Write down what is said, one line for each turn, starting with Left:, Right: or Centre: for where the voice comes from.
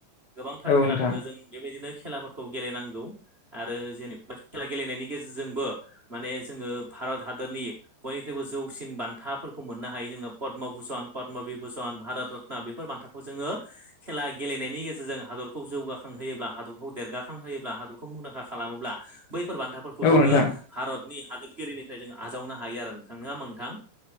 Right: गोबांथार
Left: औ
Right: खेला
Left: नोंथां
Right: दङो। जों बे बायदिनो खेलाफोरखौ गेलेनांगौ आरो जेनेबा खेला गेलेनायनि गेजेरजोंबो माने जोङो भारत हादरनि बयनिख्रुइबो जौ सिन बान्थाफोरखौ मोननो हायो जोङो पदम भुसन पद्म बिभुसन भारत रत्न बेफोर बान्थाखौ जोङो खेला गेलेनायनि गेजेरजों हादरखौ जौगाखांहोयोब्ला हादरखौ देरगाखांहोयोब्ला हादरखौ मुंदांखा खालामोब्ला बैफोर बान्था फोरखौ
Left: औ
Right: जोङो
Left: नोंथां औ नोंथां
Right: भारतनि हादोरगिरिनिफ्राय जोङो आजावनो हायो आरो नोंथां नङा नोंथां।